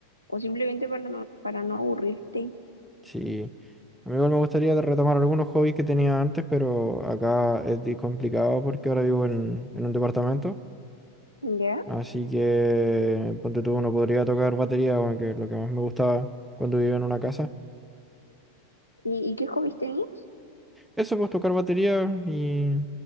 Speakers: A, on the left; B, in the centre.
A: o simplemente para no, para no aburrirte,
B: Sí. A mí igual me gustaría retomar algunos hobbies que tenía antes, pero acá es di- complicado porque ahora vivo en, en un departamento.
A: ¿ya?
B: Así que, ponte tú, uno podría tocar batería, weón, que es lo que más me gustaba cuando vivía en una casa.
A: ¿Y, y qué hobbies tenías?
B: Eso, pues tocar batería y,